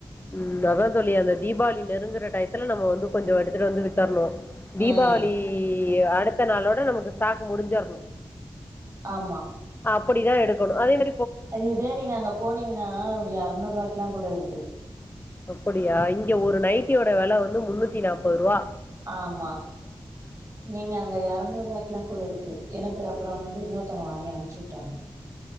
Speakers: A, on the left; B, on the right.
A: ம் அதா தோழி அந்த தீபாவளி நெருங்குற டையத்துல நம்ம வந்து கொஞ்சோ எடுத்துட்டு வந்து வித்தர்ணு தீபாவளி
B: ம்
A: அடுத்த நாளோட நமக்கு ஸ்டாக் முடிஞ்சர்ணு
B: ஆம்மா
A: அப்படிதா எடுக்கணும அதே மே
B: அது இதே நீங்க அங்க போனிங்ன்னா எர்நூறுவாய்க்லா கூட இருக்கு
A: அப்படியா இங்க ஒரு நைட்டியோட வெல வந்து முன்னூத்தி நாப்பருவா
B: ஆமா நீங்க அங்க எரநூருபாய்க்குல்லா கூடருக் கு எனக்கு அப்புறோ வந்து இன்னொர்த்தவுங்க வாங்கி அனுப்ச்சி உட்டாங்க